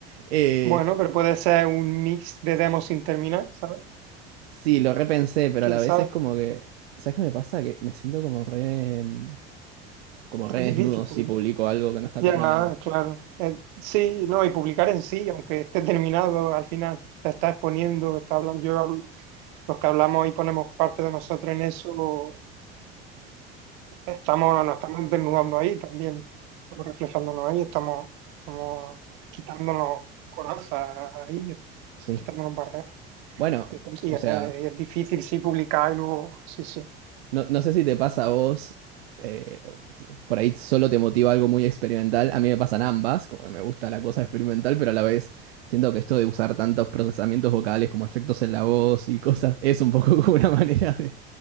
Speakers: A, on the right; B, on the right.
A: Eh,
B: Bueno, pero puede ser un mix de demos sin terminar, ¿sabes?
A: Sí, lo repensé, pero
B: ¿Quién
A: a la
B: sabe?
A: vez es como que, ¿sabes qué me pasa? Que me siento como re, mm, como re
B: Es
A: desnudo
B: difícil,
A: si
B: porque
A: publico algo que no está
B: Ya,
A: terminado.
B: claro. Eh, sí, no, y publicar en sí, aunque esté <laughs> terminado, al final te está exponiendo, está hablando, yo, hablo- los que hablamos y ponemos parte de nosotros en eso, estamos, nos estamos desnudando ahí también, estamos reflejándonos ahí, estamos, estamos quitándonos corazas ahí,
A: Sí.
B: quitándonos barreras.
A: Bueno,
B: Y es, com- y
A: o
B: es-
A: sea,
B: y es difícil, sí, publicar y luego, sí, sí.
A: no, no sé si te pasa a vos, eh, o- por ahí solo te motiva algo muy experimental. A mí me pasan ambas, como que me gusta la cosa experimental, pero a la vez siento que esto de usar tantos procesamientos vocales como efectos en la voz y cosas es un poco <laughs> como una manera de